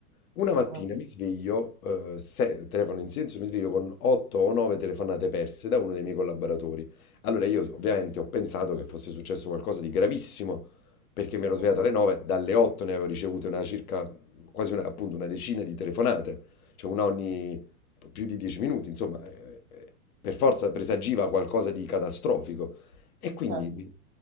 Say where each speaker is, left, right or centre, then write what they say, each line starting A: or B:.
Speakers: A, on the left; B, on the right.
A: Una mattina
B: ok,
A: mi sveglio, eh, se- telefono in silenzio, mi sveglio con 8 o 9 telefonate perse da uno dei miei collaboratori. Allora io ovviamente ho pensato che fosse successo qualcosa di gravissimo, perché mi
B: sì,
A: ero svegliato alle 9, dalle 8 ne avevo ricevute una circa, quasi una, appunto una decina di telefonate, cioè una ogni più di 10 minuti, insomma, eh, eh, per forza presagiva qualcosa di catastrofico. E quindi,
B: certo,